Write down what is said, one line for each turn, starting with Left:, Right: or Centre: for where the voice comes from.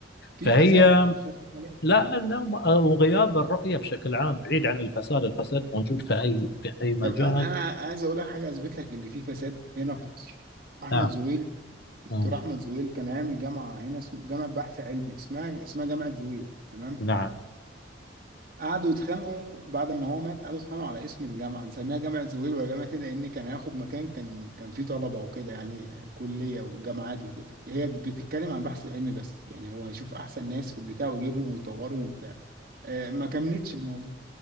Right: في
Left: فهي
Right: فساد مش هتقول
Left: لا لا م- وغياب الرؤية بشكل عام بعيد عن الفساد الفساد موجود في أي في أي مجال
Right: طب انا انا عايز اقول لك حاجه اثبت لك ان في فساد هنا في مصر احمد
Left: نعم
Right: زويل دكتور
Left: مم.
Right: احمد زويل كان عامل جامعه هنا اسم- جامعه بحث علمي اسمها اسمها جامعه زويل تمام
Left: نعم
Right: قعدوا يتخانقوا بعد ما هو مات قعدوا يتخانقوا على اسم الجامعه نسميها جامعه زويل ولا جامعه ايه لان كان هياخد مكان كان كان فيه طلبه وكده يعني كليه وجامعات وكده هي بتتكلم عن بحث علمي بس يعني هو هيشوف احسن ناس في البتاع ويجيبهم ويطورهم وبتاع آه، ما كملتش الموضوع